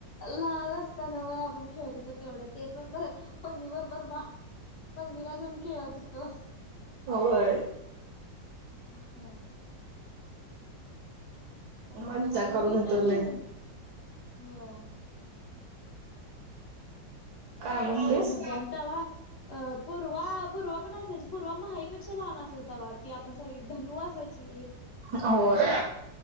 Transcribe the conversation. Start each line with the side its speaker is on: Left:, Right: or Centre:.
Left: लहान असताना व्हय आपण खेवत होत केवढं ते पण परत पनी बर बर बा पनीला घेऊन खेळत होतो.
Right: होय
Left: हं पणून
Right: मज्जा
Left: पण आता
Right: करत
Left: नीट
Right: होतो
Left: दि
Right: लय
Left: व व्हय
Right: काय म्हणलीस?
Left: लई मज्जा आणि तवा अ पूर्वा पूर्वा पण असायची पूर्वा मीही पेक्षा लहान असेल तर वा ती आपण सगळी धनु असायची ते हे
Right: होय